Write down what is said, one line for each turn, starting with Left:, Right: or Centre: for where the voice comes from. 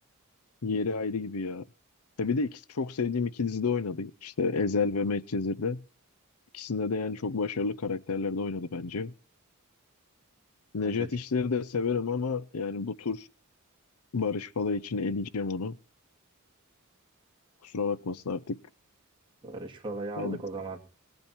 Left: yeri ayrı gibi ya. E bir de ikisi çok sevdiğim iki dizide oynadı. İşte Ezel ve Medcezir'de. İkisinde de yani çok başarılı karakterlerde oynadı bence. Nejat
Right: Bence çok-
Left: İşler'i de severim ama yani bu tur Barış Palay için eleyeceğim onu. Kusura bakmasın artık.
Right: Barış Falay'ı aldık
Left: Ben
Right: o zaman.